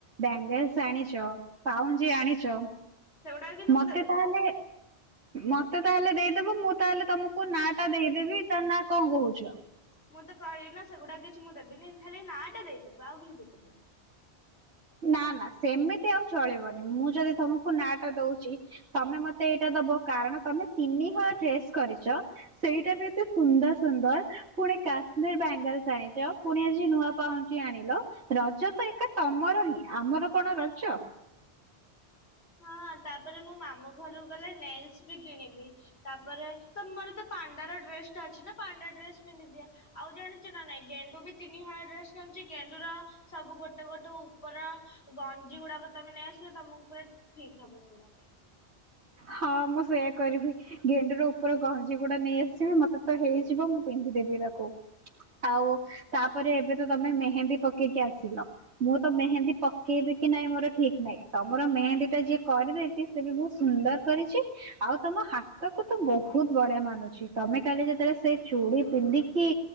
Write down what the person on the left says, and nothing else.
ସେଗୁଡା କିନ୍ତୁ ମୁଁ
ଦେବିନି।
ମୁଁ ତ କହିବି ନା ସେଗୁଡା କିଛି ମୁଁ ଦେବିନି ଖାଲି ନାଟା ଦେଇପାରିବି ଆଉ କିଛି ଦେଇପାରିବନି।
ହଁ ତାପରେ ମୁୋ ମାମୁ ଘରକୁ ଗଲେ ନେଲସ ବି କିଣିବି ତାପରେ ତ ମୋର ତ ପାଣ୍ଡାର ଡ୍ରେସ ଟା ଅଛି ନା ପାଣ୍ଡା ଡ୍ରେସ ପିନ୍ଧିଦିଅ ଆଉ ଜାଣିଛ ନା ନାଇଁ ଗେଣ୍ଡୁ ବି ତିନି ହଣ ଡ୍ରେସ୍ କିଣୁଛି ଗେଣ୍ଡ ର ସବୁ ଗୋଟେ ଗୋଟେ ଉପର ଗଞ୍ଜି ଗୁଡାକ ତମେ ନେଇଆସିଲ ତମକୁ ପ ଫିଟ ବ ସନାଖ